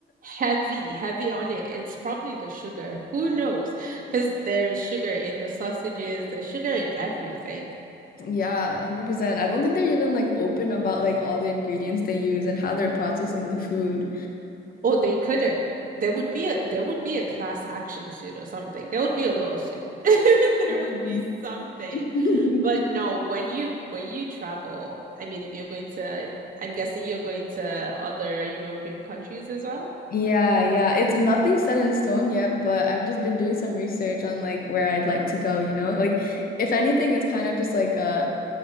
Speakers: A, on the right; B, on the left.
A: Heavy, heavy on it. It's probably the sugar. Who knows? Because there's sugar in the sausages, there's sugar in everything.
B: Yeah, 100%. I don't think they're even like open about like all the ingredients they use and how they're processing the food.
A: Oh, they couldn't. There would be a there would be a class action suit or something. There would be a lawsuit. <laughs> There
B: Mhm.
A: would be something.
B: <laughs>
A: But no, when you when you travel, I mean, if you're going to, I'm guessing you're going to other European countries as well.
B: Yeah, yeah. It's nothing set in stone yet, but I've just been doing some research on like where I'd like to go, you know? Like if anything, it's kind of just like a